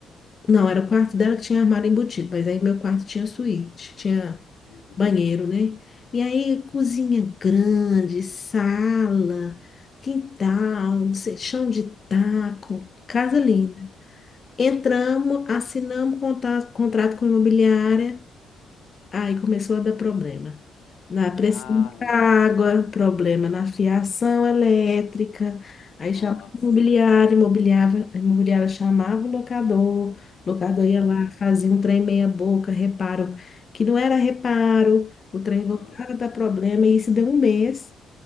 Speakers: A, on the left (about 40°); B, on the left (about 85°).
A: Não, era o quarto dela que tinha armário embutido, mas aí meu quarto tinha suíte, tinha
B: uhum.
A: banheiro, né? E aí, cozinha grande, sala, quintal, não sei, chão de taco, casa linda. Entramos, assinamos contato, contrato com a imobiliária. Aí começou a dar problema. Na pressão
B: Ai,
A: da água, problema na fiação elétrica. Aí chamava
B: nossa.
A: o imobiliário, imobiliava, imobiliária chamava o locador, o locador ia
B: Nossa.
A: lá, fazia um trem meia boca, reparo, que não era reparo, o trem
B: Aham.
A: voltava a dar problema, e isso deu um mês,